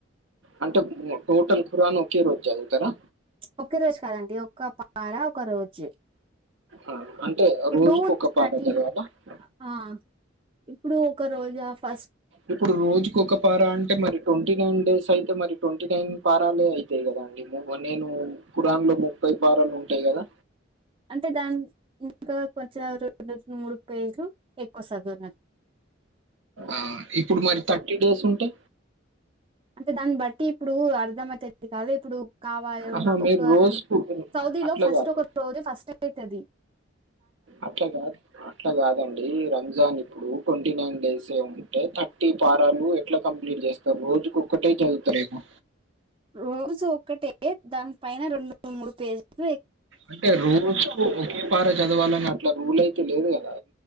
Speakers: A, on the right; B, on the right.
A: అంటే ఉ టోటల్ ఖురాన్ ఒకే రోజు చదువుతరా?
B: ఒక్కరోజు కాదండి ఒక పార ఒక రోజు.
A: ఆ, అంటే
B: ఇప్పుడు
A: రోజుకు ఒక పాట
B: థర్టీన్
A: చదవాలా
B: ఆ ఇప్పుడు ఒక్కరోజా ఫస్
A: ఇప్పుడు రోజుకి ఒక పార అంటే మరి ట్వంటీ నైన్ డేసైతే మరి, ట్వంటీ నైన్ పారాలే అయితయి కదా. ఇప్పుడు పో నేను కురాన్లో ముప్పై పారాలుంటయి కదా
B: అంటే దాన్ ఇంకా కొంచం రెండేసి మూడు పేజులు ఎక్కువ సదుర్నాన్
A: ఉమ్ ఇప్పుడు మరి థర్టీ డేస్ ఉంటే?
B: అంటే దాన్ని బట్టి ఇప్పుడు అర్ధమైతది కాదేప్పుడు కావాల్ రొండు
A: ఆహా మీరు
B: ఒక
A: రోజుకు
B: రొండ్ సౌదీ
A: అట్లా
B: లో ఫస్ట్
A: కాదు
B: ఒక రోజు ఫాస్టేయితది.
A: అట్లా కాద్ అట్లా కాదండి, రంజాన్ ఇప్పుడు ట్వంటీ నైన్ డేసే ఉంటయ్ థర్టీ పారాలు ఎట్లా కంప్లీట్ చేస్తరు, రోజుకొక్కటే చదువుతారేమో?
B: రోజు ఒకటే దాని పైన రెండు మూడు పేజీలు ఎక్
A: అంటే రోజుకు ఒకే పార చదవాలని అట్లా రూలైతే లేదుగా?